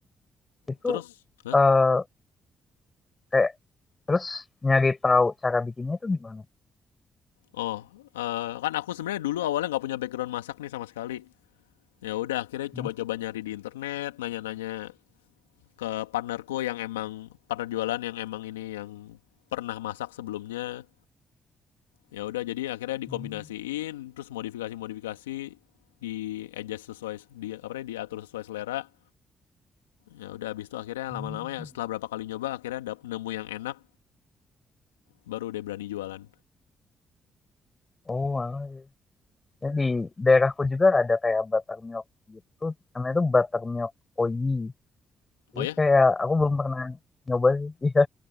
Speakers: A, on the left; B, on the left.
A: Itu
B: Terus, hah?
A: eh kayak terus nyari tahu cara bikinnya itu gimana?
B: Oh, eh, kan aku sebenarnya dulu awalnya nggak punya background masak nih sama sekali. Ya udah akhirnya
A: Hmm.
B: coba-coba nyari di internet, nanya-nanya ke partnerku yang emang partner jualan yang emang ini yang pernah masak sebelumnya Ya udah jadi akhirnya dikombinasiin
A: Hmm.
B: terus modifikasi-modifikasi di adjust sesuai di apa ya diatur sesuai selera. Ya udah habis itu akhirnya
A: Hmm.
B: lama-lama ya setelah berapa kali nyoba akhirnya dap, nemu yang enak baru deh berani jualan.
A: Oh, alah, Terus di daerahku juga ada kayak buttermilk gitu namanya tuh buttermilk oyi jadi
B: Oh ya,
A: kayak aku belum pernah nyoba sih <laughs> iya